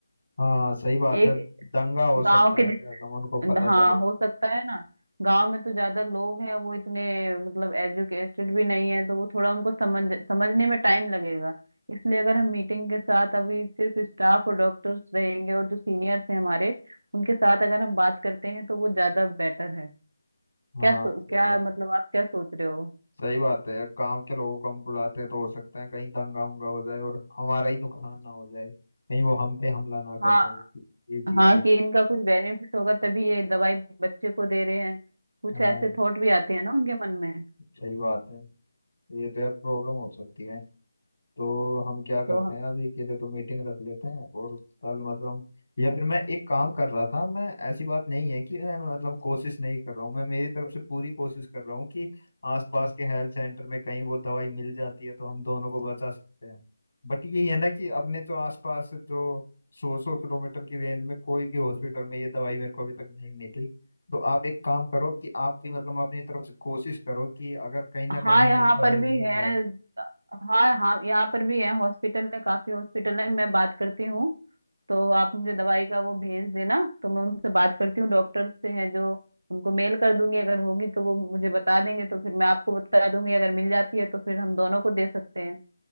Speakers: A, on the left (about 80°); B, on the right (about 60°).
A: हाँ सही बात
B: एक
A: है दंगा हो सकता
B: गांव के
A: है क्या मतलब उनको पता
B: हाँ
A: चल गया
B: हो सकता है ना गांव में तो ज्यादा लोग हैं वो इतने मतलब एजुकेटेड भी नहीं है तो वो थोड़ा उनको समझ समझने में टाइम लगेगा इसलिए अगर हम मीटिंग के साथ अभी सिर्फ स्टाफ और डॉक्टर्स रहेंगे और जो सीनियर्स हैं हमारे उनके साथ अगर हम बात करते हैं तो वो ज्यादा बेटर है
A: हाँ
B: क्या सो,
A: सही
B: क्या
A: बात
B: मतलब आप क्या सोच रहे हो
A: सही बात है यार गांव के लोगों को हम बुलाते हैं तो हो सकता है कहीं दंगा उंगा हो जाए और हमारा ही नुकसान ना हो जाए कहीं वो हम पे हमला ना
B: हाँ
A: कर दे ये चीज
B: हाँ
A: है
B: कि इनका कुछ बेनिफिट होगा तभी ये दवाई बच्चे को दे रहे हैं कुछ
A: हाँ
B: ऐसे थॉट भी आते हैं ना उनके मन में
A: सही बात है ये तो यार प्रॉब्लम हो सकती है तो हम क्या करते
B: तो
A: हैं अभी के लिए तो मीटिंग रख लेते हैं और कल मतलब या फिर मैं एक काम कर रहा था मैं ऐसी बात नहीं है कि मैं मतलब कोशिश नहीं कर रहा हूँ मैं मेरी तरफ से पूरी कोशिश कर रहा हूँ कि आसपास के हेल्थ सेंटर में कहीं वो दवाई मिल जाती है तो हम दोनों को बचा सकते हैं बट ये है ना कि अपने तो आसपास जो सौ सौ किलोमीटर की रेंज में कोई भी हॉस्पिटल में ये दवाई मेरे को अभी तक नहीं मिली तो आप एक काम करो कि आप भी मतलब अपनी तरफ से कोशिश करो कि अगर कहीं ना
B: हाँ
A: कहीं हमें
B: यहाँ
A: ये दवाई
B: पर भी
A: मिल
B: है
A: जाए
B: हाँ हाँ यहाँ पर भी है हॉस्पिटल है काफी हॉस्पिटल है मैं बात करती हूँ तो आप मुझे दवाई का वो भेज देना तो मैं उनसे बात करती हूँ डॉक्टर से हैं जो उनको मेल कर दूंगी अगर होगी तो वो मुझे बता देंगे तो फिर मैं आपको बता दूंगी अगर मिल जाती है तो फिर हम दोनों को दे सकते हैं